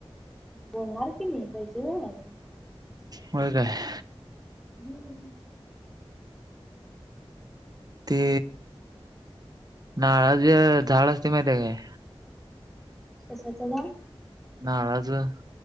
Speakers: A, in the centre; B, on the right.
A: बोलणार की मी पैसे बनयचे
B: होय काय
A: हम्म
B: ते नाळाचे झाड असते माहिती काय
A: कशाच झाड
B: नारळाचं